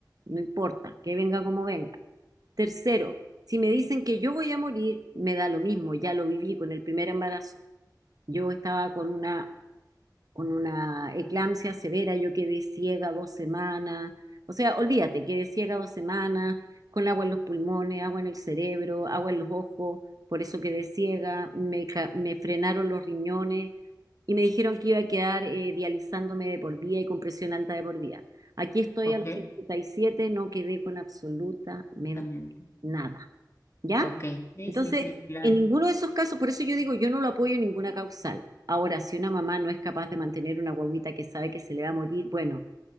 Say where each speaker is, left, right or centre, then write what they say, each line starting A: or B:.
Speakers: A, on the right; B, on the left.
A: No importa, que venga como venga. Tercero, si me dicen que yo voy a morir, me da lo mismo, ya lo viví con el primer embarazo. Yo estaba con una con una eclampsia severa, yo quedé ciega dos semanas, o sea, olvídate, quedé ciega dos semanas, con agua en los pulmones, agua en el cerebro, agua en los ojos, por eso quedé ciega, me, ca- me frenaron los riñones y me dijeron que iba a quedar eh, dializándome de por vida y con presión alta de por vida. Aquí estoy
B: ok,
A: a los 57, no quedé con absolutamente
B: también.
A: nada. ¿Ya?
B: Ok, sí,
A: Entonces,
B: sí, sí, claro,
A: en ninguno de esos casos, por eso yo digo, yo no lo apoyo en ninguna causal. Ahora, si una mamá no es capaz de mantener una guagüita que sabe que se le va a morir, bueno,